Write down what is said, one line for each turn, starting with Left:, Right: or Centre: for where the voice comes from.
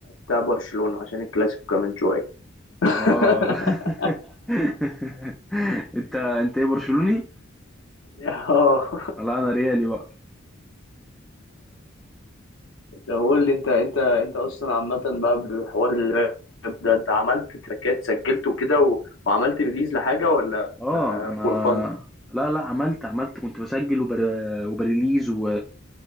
Left: بتاع برشلونة عشان الكلاسيكو كمان شوية <laughs>
Centre: اه <laughs> انت انت ايه برشلوني؟
Left: اه
Centre: لا انا ريالي بقى
Left: طب قول لي انت انت انت اصلا عامه بقى بحوار الراب ده انت عملت تراكات سجلت وكده و... وعملت ريليز لحاجه ولا
Centre: اه انا
Left: فور فن
Centre: لا لا عملت عملت كنت بسجل وبر... وبريليز و...